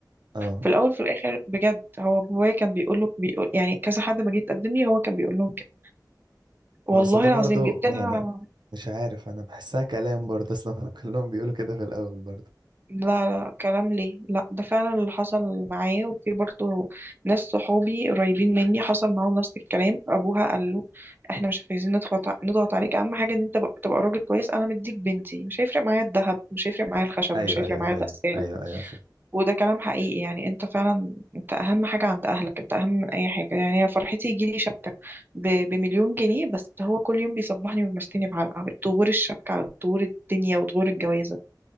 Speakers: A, on the right; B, on the right.
A: اه
B: في الاول في الاخر بجد هو بابايا كان بيقول له بيقول يعني كذا حد ما جه يتقدم لي هو كان بيقول لهم كده والله
A: ما اصل ده برضو
B: العظيم جبت
A: ما
B: لها
A: يعني مش عارف انا بحسها كلام برضه اصلا <laughs> كلهم بيقولوا كده في الاول برضه
B: لا لا كلام ليه لا ده فعلا اللي حصل معايا وفي برضه ناس صحابي قريبين مني حصل معاهم نفس الكلام ابوها قال له احنا مش عايزين نضغط ع- نضغط عليك اهم حاجه ان انت بق- تبقى راجل كويس انا مديك بنتي مش هيفرق معايا الذهب مش هيفرق معايا الخشب
A: ايوه
B: مش هيفرق
A: ايوه
B: معايا
A: فاهم
B: الغساله
A: ايوه ايوه فاهم
B: وده كلام حقيقي يعني انت فعلا انت اهم حاجة عند اهلك انت اهم من اي حاجة يعني انا فرحتي يجيلي شبكة ب- بمليون جنيه بس هو كل يوم بيصبحني ويمسكني بعلقة طغور الشبكة على طغور الدنيا وطغور الجوازة